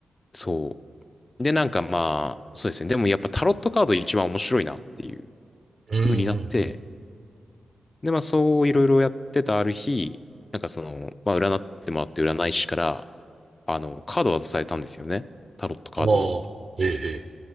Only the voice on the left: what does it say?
そう。で、なんかまあ、そうですね。でもやっぱタロットカード一番面白いなっていう
風になって、でまあそういろいろやってたある日、なんかその、まあ占ってもらって占い師から、あの、カードを外されたんですよね。タロットカードの。